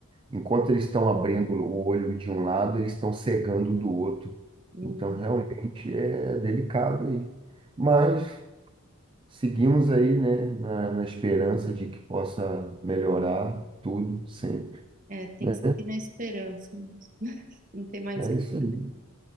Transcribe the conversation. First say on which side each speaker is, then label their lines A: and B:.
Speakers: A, on the right; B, on the right.
A: enquanto eles estão abrindo o olho de um lado, eles estão cegando do outro.
B: Uhum.
A: Então, realmente é delicado aí. Mas seguimos aí, né, na, na esperança de que possa melhorar tudo sempre,
B: É, tem
A: né?
B: que seguir na esperança mesmo. <laughs> Não tem mais
A: É
B: o que
A: isso aí,
B: fazer.